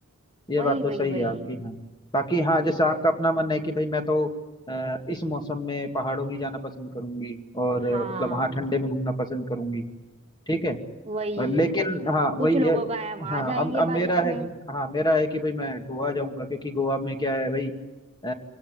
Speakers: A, on the left (about 20°); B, on the right (about 30°).
A: ये
B: वही
A: बात तो
B: वही
A: सही
B: वही
A: है आपकी हाँ बाकी हाँ जैसे आपका अपना मन है कि भाई मैं तो अ, इस मौसम में पहाड़ों में ही जाना पसंद करूंगी और अ,
B: हाँ
A: मतलब वहाँ ठंडे में घूमना पसंद करूंगी ठीक है
B: वही
A: और लेकिन हाँ वही
B: कुछ लोगों
A: है
B: का है वहां
A: हाँ
B: जाएंगे
A: अब अब मेरा
B: बारिश
A: है
B: में
A: कि- हाँ मेरा है कि भाई मैं गोवा जाऊंगा क्योंकि गोवा में क्या है भाई अ,